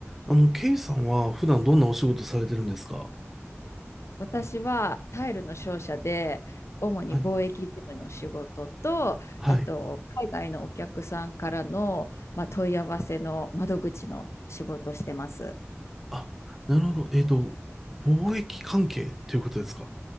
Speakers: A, in the centre; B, on the left.
A: あの、ケイさんは普段どんなお仕事されてるんですか
B: 私はタイルの商社で主に貿易事務の仕事とあと海外のお客さんからの、
A: はい。はい。
B: まあ、問い合わせの窓口の仕事をしてます。
A: あ、なるほど。えっと、貿易関係ということですか